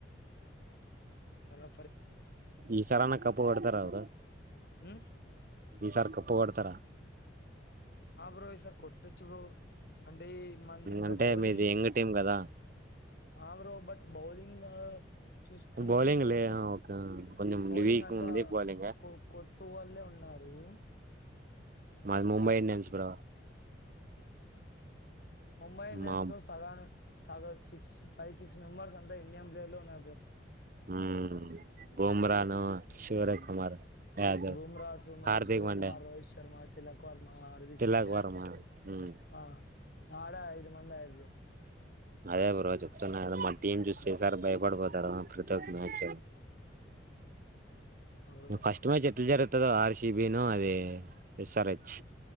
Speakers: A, on the left (about 55°); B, on the right (about 45°).
A: తవా
B: ఈసరానా కప్పు కొడతారవరు
A: హ
B: ఈసారి కప్పు కోడతారా
A: ఆ బ్రో ఈసార్ కొట్టచ్చు బ్రో అంటే మంది ఇంకా
B: అంటే
A: బౌలింగ్
B: మీది యంగ్ టీం కదా
A: ఆ బ్రో బట్ బౌలింగ్ చూస్తుంటే
B: బౌలింగ్
A: కొంచెం
B: లే కొంచెం
A: బౌలింగ్
B: వీక్
A: అంతా
B: ఉంది బౌలింగ్
A: కొ కొత్తు వాళ్ళలే ఉన్నారు ఆరు
B: మ ముంబై ఇండియన్స్ బ్రో
A: ముంబై ఇండియన్స్
B: మా
A: లో సాదన్ సాదన్ శి ఫైవ్ సిక్స్ మెంబర్స్ంత ఇండియన్ ప్లేయర్ లో ఉన్నా
B: హ బూమ్రాను శిరయ కుమార్ యాదవ్
A: బూమ్రా సూమ్రా
B: హార్దిక్
A: సూర్యకుమార్
B: పాండ్యా
A: రోహిత్ శర్మ తిలకువార్ అరదిక్
B: తిలక్
A: పాండ్యా
B: వర్మ హ్మ్
A: ఆ ఆడా ఐదు మంది ఆయ
B: అదే బ్రో చెప్తున్నా కదా మ టీం చూస్తేసారి భయపడిపోతారు ప్రతి ఒక్క మ్యాచ్
A: అప్పుడు
B: ఫస్ట్ మ్యాచ్ ఎట్లా జర మ ఆర్సిబ అది ఎస్ఆర్ హెచ్